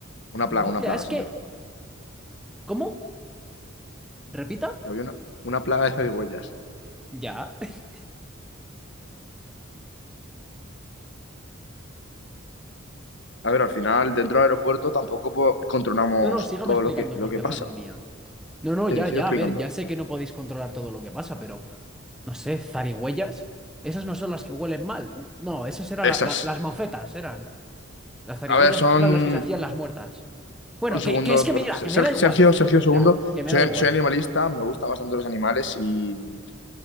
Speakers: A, on the left (about 60°); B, in the centre.
A: una plaga,
B: O
A: una
B: sea,
A: plaga,
B: es
A: señor.
B: que, ¿cómo? ¿Repita?
A: Que Había una, una plaga de zarigüeyas.
B: Ya. <laughs>
A: A ver, al final, dentro del aeropuerto tampoco po- controlamos
B: No, no, sígame
A: todo
B: explicando
A: lo que, lo
B: porque,
A: que pasa.
B: madre mía. No, no,
A: Sí,
B: ya,
A: sigo
B: ya,
A: explicando.
B: a ver, ya sé que no podéis controlar todo lo que pasa, pero, no sé, zarigüeyas, esas no son las que huelen mal. N- No, esas eran
A: Esas.
B: la- la- las mofetas, eran. Las zarigüeyas
A: A ver, son
B: eran las que se hacían las muertas. Bueno,
A: Un segundo,
B: que, que es que
A: por...
B: mira,
A: Ser-
B: que me da igual.
A: Sergio, Sergio, un segundo.
B: Mira, que
A: Soy,
B: me da igual.
A: soy animalista, me gustan bastante los animales y